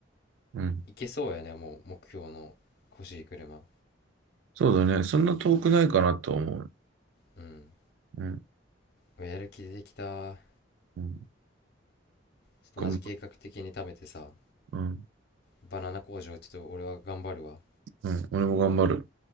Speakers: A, on the right; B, on the left.
A: うん。
B: いけそうやね、もう目標の欲しい車。
A: そうだね。そんな遠くないかなと思う。
B: うん。
A: うん。
B: うわやる気出てきた。
A: うん。
B: ちょっとマジ計画的に貯めてさ、
A: 頑張、うん。
B: バナナ工場ちょっと俺は頑張るわ。
A: うん。俺も頑張る。